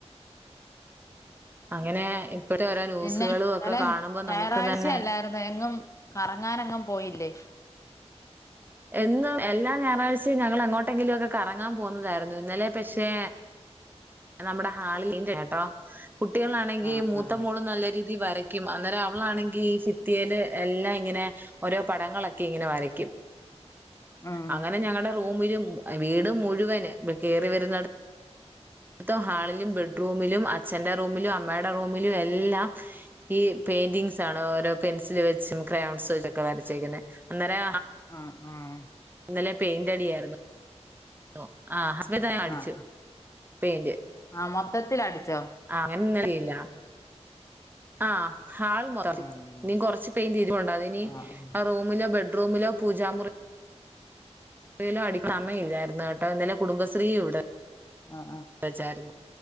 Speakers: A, on the right; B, on the left.
A: അങ്ങനെ ഇപ്പോഴത്തെ ഓരോ ന്യൂസുകളും
B: പിന്നെ
A: ഒക്കെ
B: നില
A: കാണുമ്പോ
B: ഞായറാഴ്ചയല്ലായിരുന്നു
A: നമുക്ക് തന്നെ
B: എങ്ങും...... അങ്ങാനങ്ങങ് പോയില്ലേ.....
A: എന്നും എല്ലാ ഞായറാഴ്ചയും ഞങ്ങൾ അങ്ങോട്ടെങ്കിലും ഒക്കെ കറങ്ങാൻ പോുന്നതായിരുന്നു ഇന്നലെ പക്ഷെ.....? നമ്മുടെ ഹാളിന്റെ കേട്ടോ കുട്ടികളാണെങ്കിൽ
B: ആഹ്
A: മൂത്ത
B: ആഹ്
A: മോളും നല്ല..... വരയ്ക്കും അന്നേരം അവളാണെങ്കിൽ ഈ ഫിത്തിയൽ എല്ലാം ഇങ്ങനെ ഓരോ പടങ്ങളൊക്കെ ഇങ്ങനെ വരയ്ക്കും.....
B: ഉം
A: അങ്ങനെ ഞങ്ങളുടെ റൂമിലും വീടും മുഴുവന് കേറി വരുന്നത് ത്തം ഹാളിലും ബെഡ്റൂമിലും അച്ഛന്റെ റൂമിലും അമ്മയുടെ റൂമിലും എല്ലാം ഈ പെയിന്റിംഗ്സ് ആണോ ഓരോ പെൻസിൽ വെച്ചും ക്രയോൺസ് വെക്കെ വരച്ചേക്കുന്ന ന്നരാ
B: ആഹ് ആഹ്
A: ന്നലെ പെയിന്റ്ടി ആര്ന്നു ന്നു ആഹ് ഹസ്ബൻ്റ്റ് ആയ അടിച്ചു.
B: ആഹ്
A: പെയിന്റ്
B: ആഹ് മൊത്തത്തിൽ അടിച്ചോ
A: ആങ്ങന്നറിയില്ല ആഹ് ഹാൾ <unintelligible>
B: ഉം
A: നി കൊറച് പെയിന്റ് ഇരിപ്പുണ്ട് അതി ഇനി
B: ആഹ് ആഹ്
A: ആ റൂമിലോ ബെഡ്റൂമിലോ പൂജാമുറി. എലും അടി സമയം ഇല്ലായിരുന്നു കേട്ടോ ഇന്നലെ കുടുംബശ്രീ ഇവിടെ
B: ആഹ് ആഹ്
A: വച്ചായിരുന്നു.